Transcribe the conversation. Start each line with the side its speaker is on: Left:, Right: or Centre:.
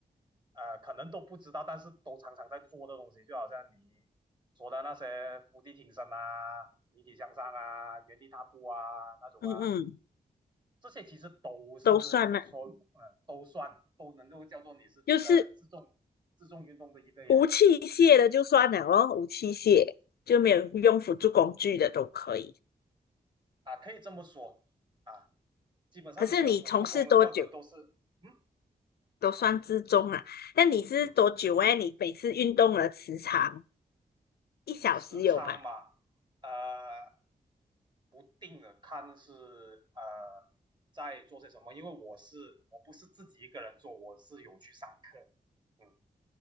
Right: 呃，可能都不知道，但是都常常在做的东西，就好像你说的那些伏地挺身啊、引体向上啊、原地踏步啊那种啊，
Left: 嗯嗯，
Right: 这些其实都是说，
Left: 都算了，
Right: 呃，都算都能够叫做你是呃自重自重运动的一类来的
Left: 就是无器械的就算了咯，无器械就没有用辅助工具的都可以。
Right: 啊，可以这么说啊。基本上你没有辅助功能的时候，
Left: 可是你从事多久
Right: 都都是嗯
Left: 都算之中啊？那你是多久哎？
Right: 嗯，
Left: 你每次运动的时长一小时有吧？
Right: 时长嘛，呃，不定的看是呃在做些什么，因为我是我不是自己一个人做，我是有去上课，嗯，